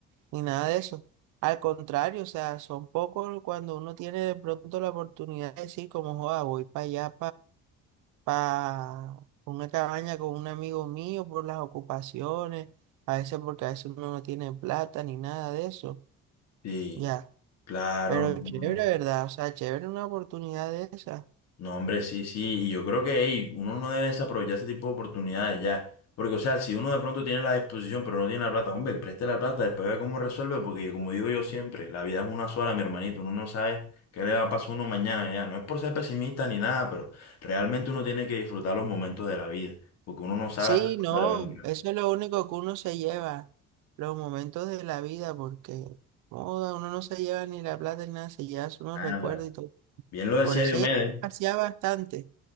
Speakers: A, on the right (about 80°); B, on the left (about 55°).
A: ni nada de eso. Al contrario, o sea, son pocos cuando uno tiene de pronto la oportunidad de decir como, joda, voy para allá, para una cabaña con un amigo mío por las ocupaciones, a veces porque a veces uno no tiene plata ni nada de eso,
B: Sí,
A: ya,
B: claro,
A: pero
B: no. no,
A: chévere,
B: no.
A: ¿verdad? O sea, chévere una oportunidad de esa.
B: No, hombre, sí, sí, y yo creo que ey, uno no debe desaprovechar ese tipo de oportunidades ya, porque o sea, si uno de pronto tiene la disposición pero no tiene la plata, hombre, preste la plata, después ve cómo resuelve, porque como digo yo siempre, la vida es una sola, mi hermanito, uno no sabe qué le va a pasar a uno mañana ya, no es por ser pesimista ni nada, pero realmente uno tiene que disfrutar los momentos de la vida, porque uno no sabe
A: Sí,
B: hasta cuándo
A: no,
B: le va a durar.
A: eso es lo único que uno se lleva, los momentos de la vida, porque joda, uno no se lleva ni la plata ni nada, se lleva unos
B: Nada,
A: recuerdos y todo.
B: bien lo decía
A: Por eso
B: Diomedes.
A: ella se pasea bastante.